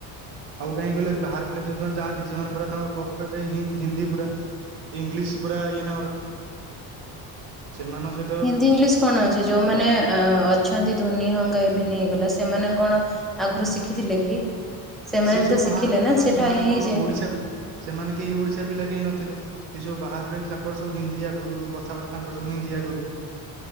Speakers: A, on the right; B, in the centre.
A: ଆଉ କାହିଁ କହିଲେ ବାହାର ପିଲା ଯୋଉମାନେ ଯାଆନ୍ତି, ସେମାନେ ପୁରା ତାଙ୍କର ପର୍ଫେକ୍ଟ ହିନ୍ଦୀ ପୁରା ଇଂଲିଶ ପୁରା ଇଏ ତାଙ୍କର, ସେମାନଙ୍କ ସହି
B: ହିନ୍ଦୀ ଇଂଲିଶ କଣ ଅଛି, ଯୋଉମାନେ ଅଛନ୍ତି ଧୋନି ହଙ୍ଗା, <unintelligible> ସେମାନେ କଣ ଆଗରୁ ଶିଖିଥିଲେ କି? ସେମାନେ
A: ସିଏ
B: ବି
A: ସବୁ
B: ତ
A: ବାହାର
B: ଶିଖିଲେ
A: ପିଲା
B: ନା
A: ନ,
B: ସେଇଟା
A: ସେମାନେ
B: ହେଇଯାଏ
A: କଣ ଓଡିଶା ସେମାନେ କେହି ଓଡିଶା ପିଲା କେହି ନଥିଲେ। ସେ ସବୁ ବାହାରେ ରହି, ତାଙ୍କର ସବୁ ହିନ୍ଦୀ ଆଗରୁ କଥାବାର୍ତ୍ତା ତାଙ୍କର ସବୁ ହିନ୍ଦୀ ଆଗରୁ।